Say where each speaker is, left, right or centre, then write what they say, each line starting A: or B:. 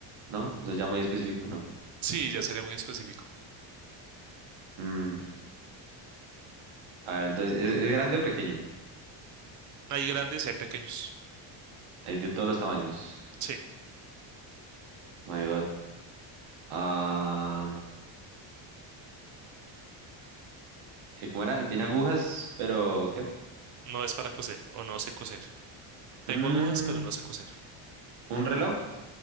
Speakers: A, on the right; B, on the right.
A: ¿No? Eso ya muy específico, ¿no?
B: Sí, ya sería muy específico.
A: Mm, a ver, entonces, ¿es, es grande o pequeño?
B: Hay grandes y hay pequeños.
A: Hay de todos los tamaños.
B: Sí.
A: Oh My God. Ah, ¿y ¿cómo era? Tiene agujas, pero ¿qué?
B: No es para coser o no sé coser. Tengo
A: Mm,
B: agujas, pero no sé coser.
A: ¿un reloj?